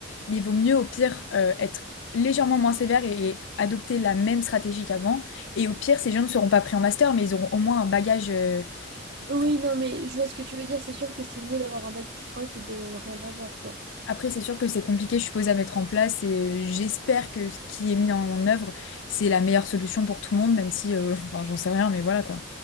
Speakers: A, on the left (about 70°); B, on the right (about 55°).
A: Mais il vaut mieux au pire euh, être légèrement moins sévère et, et adopter la même stratégie qu'avant. Et au pire, ces gens ne seront pas pris en master, mais ils auront au moins un bagage. euh,
B: Oui,
A: enfin,
B: non, mais je vois ce que tu veux dire. C'est sûr que c'est mieux d'avoir un bac plus 3 que de rien avoir, quoi.
A: Après, c'est sûr que c'est compliqué, je suppose, à mettre en place et euh, j'espère que ce qui est mis en œuvre, c'est la meilleure solution pour tout le monde, même si, euh, <laughs> enfin, j'en sais rien, mais voilà quoi.